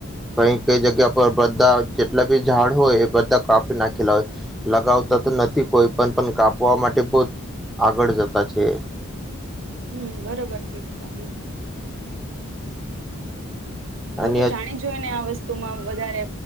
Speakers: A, in the centre; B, on the right.
A: કંઈ કંઈ જગ્યા પર બધા જેટલા બી ઝાડ હોય એ બધા કાપી નાખેલા હોય, લગાવતા તો નથી કોઈપણ પણ કાપવા માટે પણ આગળ જ. તા છે.
B: હમ્મ બરોબર કીધું તમે. લોકો
A: અને
B: જાણી જોય ને આ વસ્તુમાં વધારે